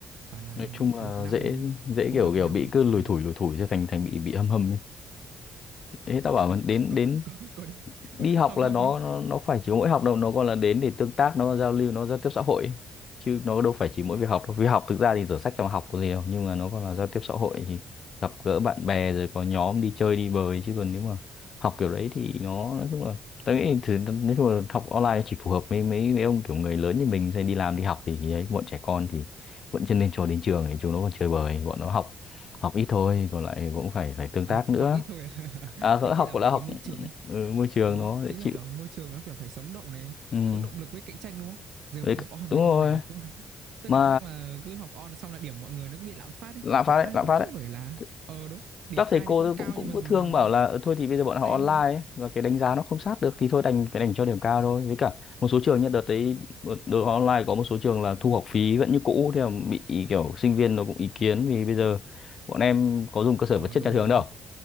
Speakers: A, on the right; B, on the left.
A: Bảo là
B: nói chung là
A: một năm
B: dễ dễ
A: không
B: kiểu
A: gặp
B: kiểu
A: nhau.
B: bị cứ lủi
A: Ờ.
B: thủi lủi thủi cho thành thành bị bị hâm hầm ấy Ê, tao bảo là
A: <laughs>
B: đến
A: Có
B: đến
A: có có đến
B: đi
A: có đến
B: học
A: mức hâm
B: là
A: hâm
B: nó
A: không?
B: nó, nó phải chỉ có mỗi học đâu nó còn là đến để tương tác nó giao lưu nó giao tiếp xã hội ấy. chứ nó đâu phải chỉ mỗi việc học đâu vì học thực ra thì sổ sách trong học có gì đâu nhưng mà nó còn là giao tiếp xã hội thì gặp gỡ bạn bè rồi có nhóm đi chơi đi bời chứ còn nếu mà học kiểu đấy thì nó nói chung là tôi nghĩ thì nói chung là học online chỉ phù hợp với mấy mấy ông kiểu người lớn như mình sẽ đi làm đi học thì ấy bọn trẻ con thì vẫn chưa nên cho đến trường thì chúng nó còn chơi bời bọn nó học học ít thôi còn lại cũng phải phải tương
A: Ờ,
B: tác nữa
A: học ít thôi à.
B: à,
A: <laughs> Nhiều khi
B: học
A: là vì
B: là học
A: cái môi trường ấy.
B: ừ, môi trường
A: Ừ,
B: nó dễ
A: ý là
B: chịu
A: kiểu môi trường nó kiểu phải sống động này,
B: ừ
A: có động lực với cạnh tranh đúng không? Giờ
B: đấy
A: bảo học on
B: đúng
A: thì
B: rồi
A: ông nào cũng <laughs> tôi
B: mà
A: cảm giác mà cứ học on xong là điểm mọi người nó cứ bị lạm phát ấy,
B: lạm phát
A: kiểu
B: đấy
A: ai
B: lạm
A: cũng
B: phát
A: có
B: đấy
A: vẻ là
B: Th-
A: ờ đúng, điểm
B: các
A: ai
B: thầy cô
A: thì cũng
B: tôi
A: cao
B: cũng cũng
A: nhưng mà
B: cứ thương bảo là "Ờ, thôi
A: ừ,
B: thì
A: cũng
B: bây giờ bọn
A: nhẹ
B: họ
A: tay
B: online
A: hơn.
B: ấy, và cái đánh giá nó không sát được thì thôi đành phải đành cho điểm cao thôi với cả một số trường nhất đợt đấy đội họ online có một số trường là thu học phí vẫn như cũ thì bị kiểu sinh viên nó cũng ý kiến vì bây giờ bọn em có dùng cơ sở
A: Ờ
B: vật chất
A: đúng
B: nhà trường
A: rồi,
B: đâu